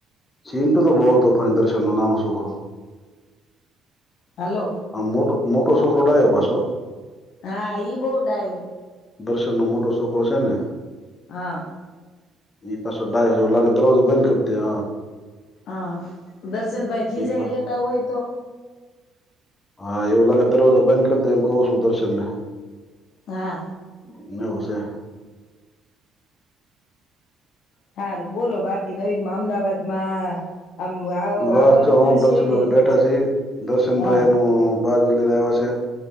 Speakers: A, on the left; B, on the left.
A: ચીન <unintelligible> તો બહ તો <unintelligible> દર્શન નો નાનો છોકરો.
B: હલો
A: આ મોટો મોટો છોકરો ડાય્યો પાછો
B: હા ઈ બહુ ડાયો
A: દર્શન નો મોટો છોકરો છે, ને
B: હા
A: એ પાછો ડાય લાગે દરવાજો બંધ કરતી હ
B: હા દર્શન ભાઈ ખીજાઈ
A: પાછો
B: લેતા હોય તો
A: હા એવું લાગે દરવાજા બંધ કરી દે એમ કહ છું, દર્શન ને
B: હા
A: <unintelligible>
B: <unintelligible> બોલો બાકી નવીન અમદાવાદમાં આમ આવ
A: બસ
B: આવવાનું
A: જો હું
B: થશે
A: ન દર્શનભાઈ
B: કે
A: બેઠા છી દર્શનભાઈ
B: હા
A: એનું બાર લઈને આવ્યા છે.